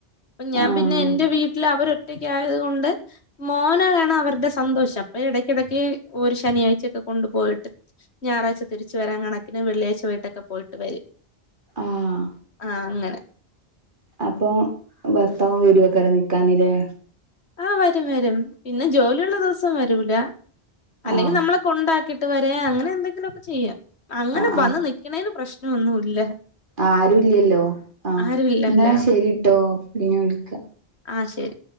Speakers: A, on the left; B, on the right.
A: അപ്പൊ ഞാൻ
B: ആഹ്
A: പിന്നെ എൻ്റെ വീ അവര ഒറ്റക്ക ആയത് കൊൊണ്ട് മോനാണ് അവരുടെ സന്തോഷം അപ്പൊ ഇടക്കിടക്ക് ഒരു ശനിയ <unintelligible> കൊണ്ടു ഞാറാഴ്ച്ച തിരിച്ചുവരാൻ കാണക്ക് ന് വെളിയാഴ്ച്ച വയ്കിട്ടക്കെ പോയിവരും
B: ആഹ്
A: വരാ കണിന് വെള്ളിയാഴ്ച വീട്ടൊക്കെ പോയിട്ട് വരും ആഹ അങ്ങനെ
B: അപ്പൊ ഭർത്താവും വീരൊക്കെരെ നിക്കാനില്ലേ
A: ആ വരും വരും പിന്നെ ജോലിയുള്ള ദിവസം വരൂല അല്ലെങ്കിൽ
B: ആഹ്
A: നമ്മളെ കൊണ്ടാക്കിട്ട് ഇ വ അങ്ങനെ എന്തെങ്കിലുമൊക്കെ ചെയ്യാം അങ്ങനെ
B: ആഹ്
A: വന്ന് നിക്കക്കണേന് പ്രശ്നംൊന്നുമ ഇല്ല
B: ആരുല്ലല്ലോ ആഹ
A: ആരുല്ലല്ലോ
B: എന്നാ ശരിട്ടോ പിന്നെ വിളിക്ക
A: ആ ശരി